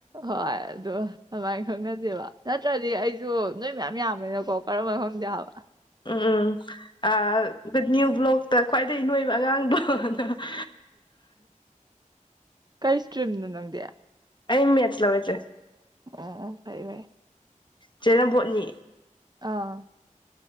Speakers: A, on the right; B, on the left.
A: ꯍꯣꯏ ꯑꯗꯨ ꯑꯗꯨꯃꯥꯏꯅ ꯈꯪꯅꯁꯦꯕ ꯅꯠꯇ꯭ꯔꯗꯤ ꯑꯩꯁꯨ ꯅꯣꯏ ꯃꯌꯥꯝ ꯌꯥꯝꯕꯅꯤꯅꯀꯣ ꯀꯔꯝꯕꯅꯣ ꯈꯪꯗꯦ ꯍꯥꯏꯕ
B: ꯎꯝ ꯎꯝ ꯅ꯭ꯌꯨ ꯕ꯭ꯂꯣꯛꯇ ꯈ꯭ꯋꯥꯏꯗꯒꯤ ꯅꯣꯏꯕ ꯑꯉꯥꯡꯗꯣ ꯗꯣꯅ <inaudible> <inaudible>
A: ꯀꯩ ꯏꯁꯇ꯭ꯔꯤꯝꯅꯣ ꯅꯪꯗꯤ
B: ꯑꯩ ꯃꯦꯇ꯭ꯆ ꯂꯧꯌꯦ ꯆꯦ
A: ꯑꯣ ꯐꯩꯏ ꯐꯩꯏ
B: ꯆꯦꯅ ꯕꯣꯠꯅꯤ
A: ꯑꯥ